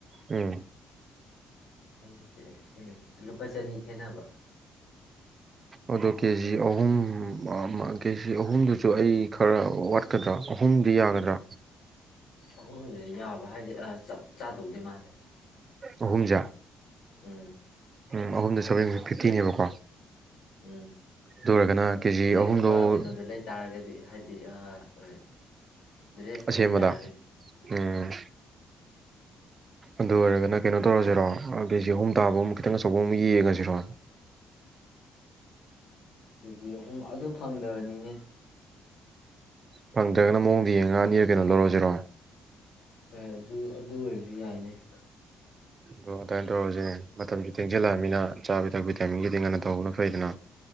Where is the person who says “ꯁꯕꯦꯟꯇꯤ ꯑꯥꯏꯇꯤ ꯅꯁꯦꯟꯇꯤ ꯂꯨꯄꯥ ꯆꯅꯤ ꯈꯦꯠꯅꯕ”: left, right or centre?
Left